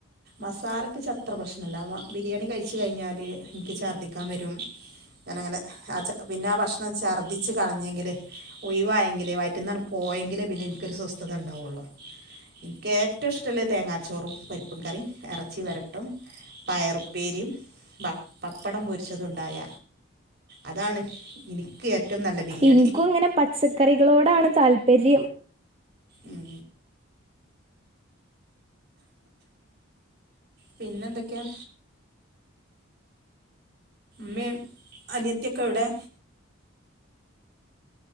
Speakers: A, on the right; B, on the right.
A: മസാലക്ക്ച്ച അത്ര പ്രശ്നമല്ല ബിരിയാണി കഴിച്ച കഴിഞ്ഞാല് എനിക്ക് ഛർദ്ദിക്കാൻ വരും ഞാനങ്ങനെ ആ പിന്നെ ആ ഭക്ഷണം ഛർദ്ദിച്ച് കളഞ്ഞെങ്കിൽ ഒഴുവായെങ്കിലെ വ - ന്നാർ പോയെങ്കിലേ പിന്നെ എനിക്കൊരു സ്വസ്ഥത ഉണ്ടാവുള്ളോ ഇനിക്കേ റ്റവും ഇഷ്ടുള്ളെ തേങ്ങാച്ചോറും പരിപ്പും കറിം ഇറച്ചി വരട്ടും പയറുപ്പേരിം ബ പപ്പടം പൊരിച്ചതുണ്ടായ അതാണ് ഇനിക്ക് ഏറ്റും നല്ല ബിരിയാണി
B: ഇനിക്കും ഇങ്ങനെ പച്ചക്കറികളോടാണ് താല്പര്യം
A: ഉം പിന്നെന്തൊക്കെയാ? മ്മേം അനിയത്തിക്കെവിടെ?